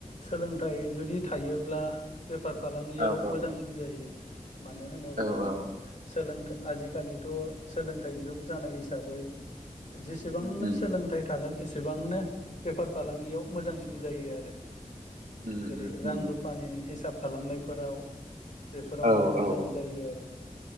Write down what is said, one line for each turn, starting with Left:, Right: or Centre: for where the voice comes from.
Left: सोलोंथाइ जुदि थायोब्ला बेफार फालांगियाव
Right: औ
Left: मोजांसिन
Right: औ
Left: जायो। मानो होनोब्ला
Right: औ औ
Left: सोलोंथा आजिखालिथ' सोलोंथाइ जुग जानाय हिसाबै जेसेबांनो
Right: उम उम
Left: सोलोंथाइ थागोन एसेब एसेबांनो बेफार फालांगियाव मोजांसि सिन जायो आरो।
Right: उम
Left: जेरै
Right: उम
Left: रां
Right: उम
Left: रुफानि हिसाब। खालामनायफोराव बेफोराव
Right: औ
Left: माने मोजां
Right: औ
Left: जायो आरो।